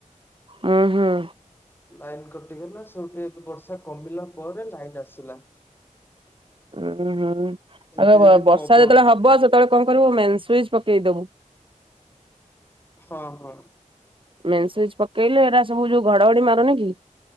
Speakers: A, on the right; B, on the left.
A: ହୁଁ ହୁଁ।
B: ଲାଇନ କଟିିଗଲା ସେଉଠୁ ବର୍ଷା କମିଲା ପରେ ଲାଇନ ଆସିଲା।
A: ଉଁ ହୁଁ
B: ଏମିତି ଯଦି
A: ଆ ବର୍ଷା
B: ପବନ
A: ଯେତେବେଳେ ହବ ସେତେବେଳେ କଣ କରିବୁ ମେନ୍ ସୁଇଚ ପକେଇଦବୁ।
B: ହଁ ହଁ।
A: ମେନ୍ ସୁଇଚ୍ ପକେଇଲେ ଏଇଟା ସବୁ ଯୋଉ ଘଡଘଡି ମାରୁନି କି।